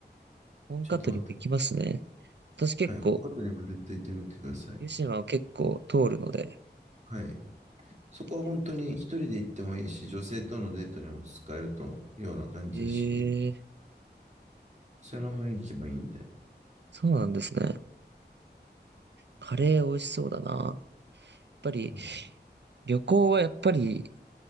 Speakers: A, on the right; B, on the right.
A: 本格にも行きますね。
B: ちょっと待って。
A: 私結構、
B: はい、北海道にも絶対行ってみてください。
A: 湯島を結構通るので、
B: はい。そこは本当に一人で行ってもいいし、
A: 行ってみます。
B: 女性とのデートにも使えるというような感じだし、
A: ええ、
B: その雰囲気もいいんで。
A: そうなんですね。カレー美味しそうだな。やっぱり、
B: はい。
A: 旅行はやっぱり